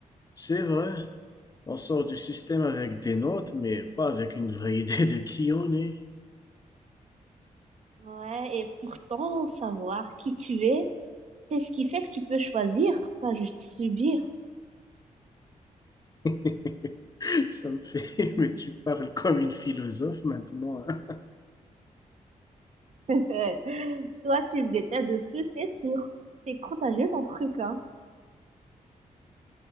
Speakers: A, on the left (about 25°); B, on the right (about 50°).
A: C'est vrai. On sort du système avec des notes, mais pas avec une vraie <laughs> idée de qui on est.
B: Ouais, et pourtant, savoir qui tu es, c'est ce qui fait que tu peux choisir, pas juste subir.
A: <laughs> Ça me fait, <laughs> mais tu parles comme une philosophe maintenant. hein.
B: <laughs> Toi, tu me détestes dessus, c'est sûr. C'est contagieux ton truc, hein.